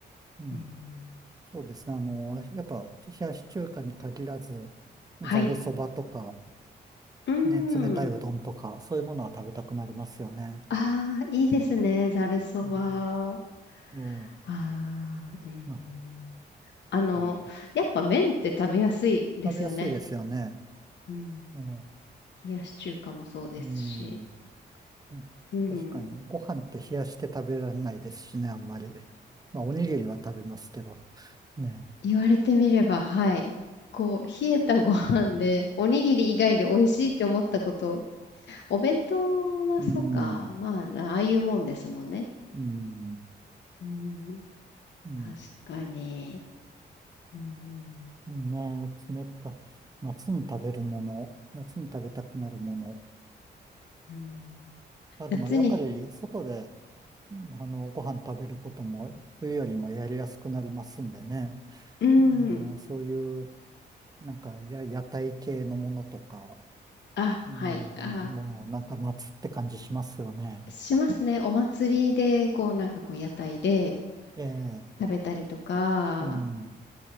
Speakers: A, on the right; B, on the left.
A: うん
B: うん
A: そうですね。あの、やっぱ、冷やし中華に限らず、
B: はい。
A: ざるそばとか、
B: うん。
A: ね、冷たいうどんとか、そういうものは食べたくなりますよね。
B: ああ、いいですね。ざるそば。
A: うん
B: あ
A: ええ、
B: あ、うん。
A: なん
B: あの、
A: か、
B: やっぱ麺って食べやすいですよね。
A: 食べやすいですよね。
B: うん。
A: ええ、
B: 冷やし中華もそうですし、
A: うん、うん確かに、
B: うん。
A: ご飯って冷やして食べられないですしね、あんまり。まあ、おにぎりは食べますけど、ね。
B: 言われてみれば、はい。こう、冷えたご飯で、おにぎり以外で美味しいって思ったこと、お弁当はそうか、
A: うん、
B: まあ、ああいうもんですもんね。
A: うん、
B: うん、
A: うん、
B: 確かに。うん、
A: んね、冷たい。夏に食べるもの、夏に食べたくなるもの。
B: うん、
A: あ、
B: 夏に、
A: でもやっぱり外で、あの、ご飯食べることも冬よりもやりやすくなりますんでね。
B: うん、
A: なんかそういう、なんかや屋台系のものとか、
B: あ、
A: うん、
B: はい、あ、
A: もうなんか夏って感じしますよね。
B: しますね。お祭りで、こう、なんかこう、屋台で
A: ええ、
B: 食べたりとか、
A: うん。